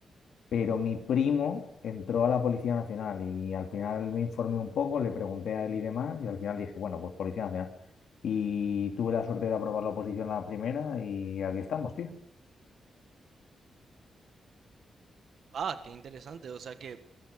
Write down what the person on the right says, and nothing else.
Ah, qué interesante. O sea que,